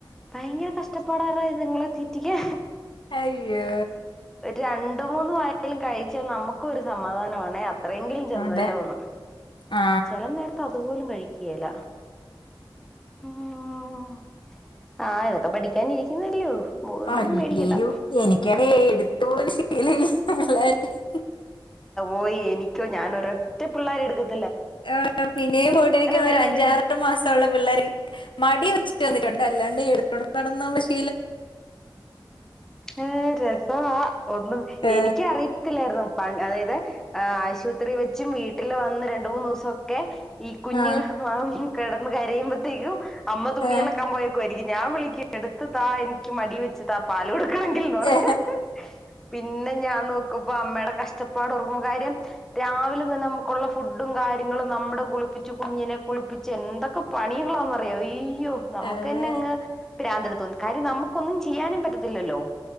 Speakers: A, in the centre; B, on the left.
A: ഭയങ്കര കഷ്ടപ്പാടാരു ഇതിങ്ങളെ തീറ്റിക്കാ
B: അയ്യോ
A: രണ്ട് മൂന്ന് വായേലും കഴിച്ചാൽ നമുക്കും ഒരു സമാധാനമാണേ അത്രയെങ്കിലും ചെന്നലോന്നു
B: അതെ ആ
A: ചില നേരത്തെ അതുപോലും കഴിക്ക ക്കേലാ <unintelligible> ഒക്കെ പഠിക്കാനിരിക്കുന്നതല്ലേ ഉള്ളൂ ഒന്നും
B: അല്ലേലും
A: പേടിക്കണ്ട
B: എനിക്കങ്ങനെ എടു ത്ത് പോലും ശീലല്ല ഹും
A: ഓയ് എനിക്കോ ഞാനൊരു റ്റെ പിള്ളേരെ എടുക്കും
B: ഏ പിന്നെയും പോയിട്ട് എനിക്ക് തോന്നണു
A: വേണേലും
B: ഒരു അഞ്ചാറെട്ട് മാസള്ള പിള്ളേർ മടി പിടി ചെന്നിട്ടുണ്ട് അല്ലാണ്ട് എടു <unintelligible>
A: ഏ രസവാ ഒന്നും
B: ഏ,
A: എനിക്കറിയത്തില്ലായിരുന്നു. പണ്ട്‌ അതായത് ആശുപത്രി വെച്ചും വീട്ടിൽ വന്ന് രണ്ട്‌ മൂന്ന്‌ ദിവസൊക്കെ ഈ കുഞ്ഞ്
B: ആ,
A: കെടന്ന് കരയുമ്പത്തേക്കും. അമ്മ തുണിയലക്കാ
B: ഏ,
A: പോയേ ക്കുവായിരിക്കും. ഞാൻ വിളിക്ക് എടുത്ത് തായ് മടി വെച്ച് താ പാല് കൊ ടുക്കണെങ്കിൽ ന്ന് പറിം.
B: ഏ.
A: പിന്നെ ഞാൻ നോക്കുമ്പോ അമ്മയുടെ കഷ് ട്ടപ്പാടോർക്കുമ്പോ കാര്യം രാവിലെ തന്നെ നമുക്കുള്ള ഫുഡും കാര്യങ്ങളും നമ്മുടെ കുളിപ്പിച്ച് കുഞ്ഞിനെ കുളിപ്പിച്ച് എന്തൊക്കെ പണികളാണന്നറിയോ ഈ അയ്യോ നമുക്ക്
B: അതെ
A: തന്നെ അങ്ങ് പ്രാന്തെടു തോന്നും കാര്യം നമു ഒന്നും ചെയ്യാനും പറ്റത്തില്ലല്ലോ.